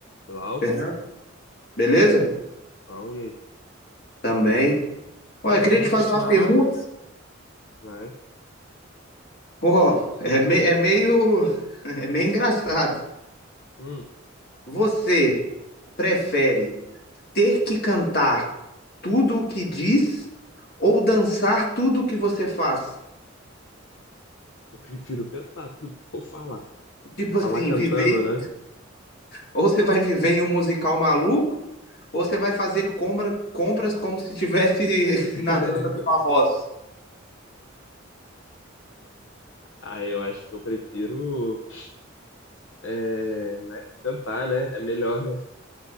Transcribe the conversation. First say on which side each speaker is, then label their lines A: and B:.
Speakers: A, on the left (about 65°); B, on the left (about 50°).
A: Glauco,
B: Fernando, beleza?
A: pau, e aí?
B: Também. Olha,
A: Cara,
B: eu queria
A: vamos
B: te fazer
A: continuar
B: uma pergunta.
A: lá? Vai.
B: Ó, é, me- é meio, <laughs> é meio engraçado.
A: Hum,
B: Você prefere ter que cantar tudo o que diz ou dançar tudo o que você faz?
A: eu prefiro cantar tudo que eu falar.
B: Tipo
A: Eu
B: assim,
A: Falar cantando,
B: viver,
A: né?
B: ou você vai viver em um musical maluco, ou você vai fazer compra- compras como se tivesse
A: <laughs>
B: <laughs> na dança dos famosos.
A: Ah, eu acho que eu prefiro, é, né, cantar, né? É melhor, né?